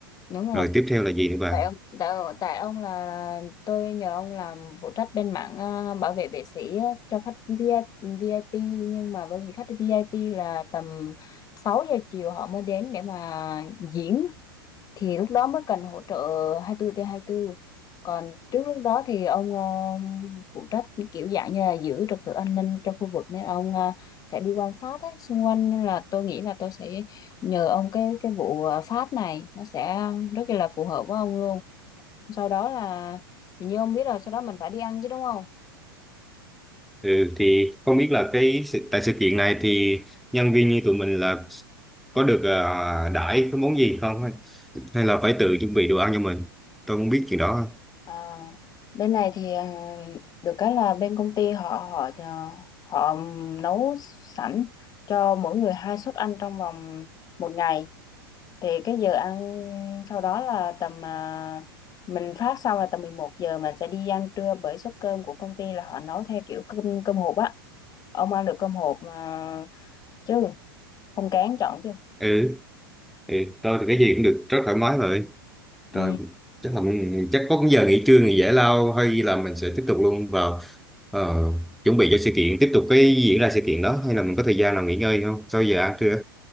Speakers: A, on the left; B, in the centre.
A: đúng
B: rồi
A: rồi
B: tiếp theo là gì nữa bà
A: tại ông tại, tại ông là, là tôi nhờ ông làm phụ trách bên mảng à, bảo vệ vệ sĩ á, cho khách VIP, VIP nhưng mà bởi vì khách VIP là tầm 6 giờ chiều họ mới đến để mà diễn thì lúc đó mới cần hỗ trợ 24 trên 24 còn trước lúc đó thì ông ờ, phụ trách kiểu dạng như là giữ trật tự an ninh cho khu vực nên ông ờ, sẽ đi quan sát ấy, xung quanh nên là tôi nghĩ là tôi sẽ nhờ ông cái cái vụ ờ, phát này nó sẽ rất là phù hợp với ông luôn sau đó là thì như ông biết rồi sau đó mình phải đi ăn chứ đúng không
B: Ừ, thì không biết là cái sự- tại sự kiện này thì nhân viên như tụi mình là có được ờ, đãi cái món gì không hay, hay là phải tự chuẩn bị đồ ăn cho mình tôi không biết chuyện đó
A: à, bên này thì à, được cái là bên công ty họ họ à, họ nấu sẵn cho mỗi người hai suất ăn trong vòng một ngày thì cái giờ ăn sau đó là tầm à, mình phát xong là tầm 11 giờ mình sẽ đi ăn trưa bởi suất cơm của công ty là họ nấu theo kiểu cơm cơm hộp á ông ăn được cơm hộp mà chứ không kén chọn chứ
B: ừ, ừ tôi thì cái gì cũng được rất thoải mái rồi
A: Ừ,
B: rồi chắc là mình- chắc có cái giờ nghỉ trưa nghỉ giải lao hay là mình sẽ tiếp tục luôn vào ờ, chuẩn bị cho sự kiện tiếp tục cái diễn ra sự kiện đó hay là mình có thời gian nào nghỉ ngơi không sau giờ ăn trưa